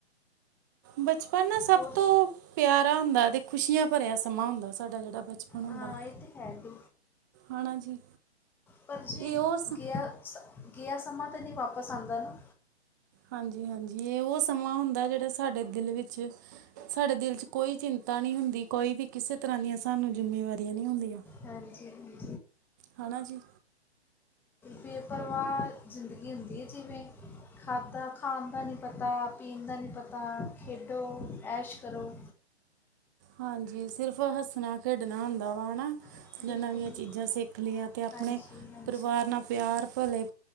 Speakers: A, on the right; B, in the centre.
A: ਬਚਪਨ ਨਾ, ਸਭ
B: ਹੋਰ
A: ਤੋਂ ਪਿਆਰਾ ਹੁੰਦਾ ਅਤੇ ਖੁਸ਼ੀਆਂ ਭਰਿਆ ਸਮਾਂ ਹੁੰਦਾ ਸਾਡਾ ਜਿਹੜਾ ਬਚਪਨ ਹੁੰਦਾ।
B: ਹਾਂ ਹੈ ਕੁਛ,
A: ਆਣਾ ਜੀ।
B: ਪਰ ਜੇ
A: ਇਹ ਉਹ
B: ਗਿਆ ਸ ਗਿਆ ਸਮਾਂ ਤਾਂ ਨਹੀਂ ਵਾਪਸ ਆਂਦਾ ਨਾ!
A: ਹਾਂਜੀ ਹਾਂਜੀ, ਇਹ ਉਹ ਸਮਾਂ ਹੁੰਦਾ ਜਿਹੜਾ ਸਾਡੇ ਦਿਲ ਵਿੱਚ। ਸਾਡੇ ਦਿਲ ਚ ਕੋਈ ਚਿੰਤਾ ਨਹੀਂ ਹੁੰਦੀ,, ਕੋਈ ਵੀ ਕਿਸੇ ਤਰ੍ਹਾਂ ਦੀਆਂ ਸਾਨੂੰ ਜਿੰਮੇਵਾਰੀਆਂ ਨਹੀਂ ਹੁੰਦੀਆਂ।
B: ਹਾਂਜੀ ਹਾਂਜੀ।
A: ਹੈ ਨਾ ਜੀ।
B: ਬੇਪਰਵਾਹ ਜ਼ਿੰਦਗੀ ਹੁੰਦੀ ਹੈ ਜਿਵੇਂ? ਖਾਧਾ ਖਾਣ ਦਾ ਨਹੀਂ ਪਤਾ ਪੀਣ ਦਾ ਨਹੀਂ ਪਤਾ ਖੇਡੋ ਐਸ਼ ਕਰੋ।
A: ਹਾਂਜੀ, ਸਿਰਫ਼ ਹੱਸਣਾ ਖੇਡਣਾ ਹੁੰਦਾ ਵਾ ਹੈ ਨਾ।
B: ਬਿਲਕੁਲ
A: ਜਾਂ ਨਵੀਆਂ
B: ਬਿਲਕੁਲ
A: ਚੀਜ਼ਾਂ ਸਿੱਖ ਲਈਆਂ ਤੇ ਆਪਣੇ
B: ਹਾਂਜੀ ਹਾਂਜੀ
A: ਪਰਿਵਾਰ ਨਾਲ ਪਿਆਰ ਭਲੇ।